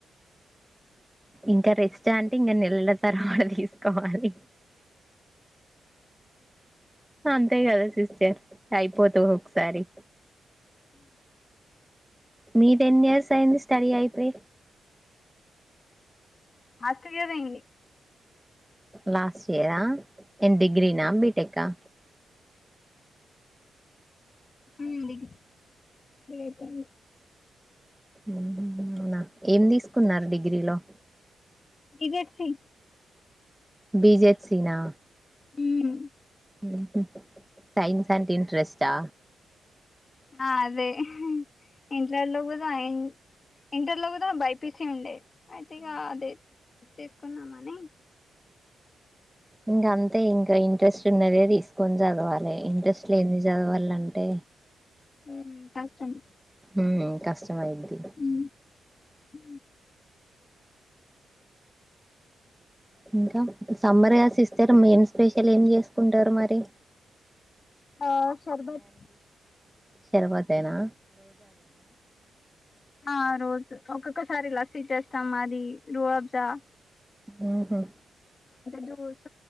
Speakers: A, in the centre; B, on the left.
A: ఇంకా రెస్ట్ అంటే ఇంకా నెలల తరవాత తీసుకోవాలి, అంతే కదా సిస్టర్ అయిపోతవ్ ఒకొక్ సారి. మీది ఎన్ని ఇయర్స్ అయింది స్టడీ అయిపోయి
B: లాస్ట్ ఇయరే అయింది
A: లాస్ట్ ఇయరా ఏం డిగ్రీనా బీటెక్కా
B: ఆ అడిగ <unintelligible>
A: ఊహు అవునా ఏం తీసుకున్నారు డిగ్రీలో
B: B Z C
A: B Z సినా
B: ఊమ్
A: ఉహు సైన్స్ అంటే ఇంట్రెస్టా
B: ఆ అదే ఇంట్లల్లో గుద్ న్ ఇంటర్ లో కూదా బై పీ సి ఉండే అయితే ఇగ అది తీసుకుందామని
A: ఇంగంతే ఇంకా ఇంట్రెస్ట్ ఉన్నదే తీసుకొని చదవాలి ఇంట్రెస్ట్ లేంది చదవాలంటే
B: ఊమ్ కష్టం
A: ఉమ్ కష్టమైద్ది
B: ఊ ఊ
A: ఇంకా సమ్మర్ గా సిస్టర్ మెయిన్ స్పెషల్ ఏం చేసుకుంటరు మరి
B: ఆ శర్బత్
A: శర్భతేనా
B: ఆ రోజు ఒక్కొక్కసారి లస్సీ చేస్తాం మాది రువబ్జా
A: ఆహా
B: దోస